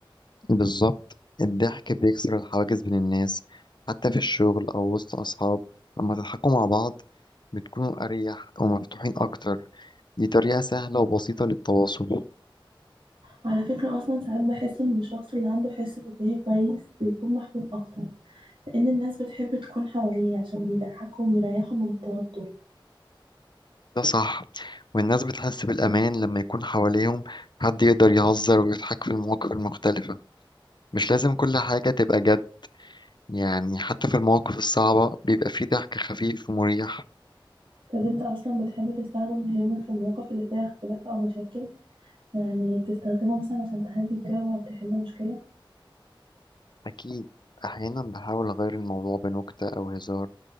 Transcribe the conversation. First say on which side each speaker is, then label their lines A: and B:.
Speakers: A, on the left (about 55°); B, on the right (about 65°).
A: بالظبط الضحك بيكسر الحواجز بين الناس حتى في الشغل أو وسط أصحاب لما تضحكوا مع بعض بتكونوا أريح ومفتوحين أكتر دي طريقة سهلة وبسيطة للتواصل
B: وعلى فكره اصلا ساعات بحس ان الشخص اللي عنده حس فكاهي كويس بيكون محبوب اكتر لان الناس بتحب تكون حواليه عشان بيضحكهم ويريحهم من التوتر
A: ده صح والناس بتحس بالأمان لما يكون حواليهم حد يقدر يهزر ويضحك في المواقف المختلفة مش لازم كل حاجة تبقى جد يعني حتى في المواقف الصعبة بيبقى فيه ضحك خفيف ومريح
B: طب انت اصلا بتحب تستخدم الهيومر في المواقف اللي فيها اختلاف او مشاكل يعني بتستخدمه مثلا عشان تهدي الجو او تحل مشكله
A: أكيد أحيانا بحاول أغير الموضوع بنكتة أو هزار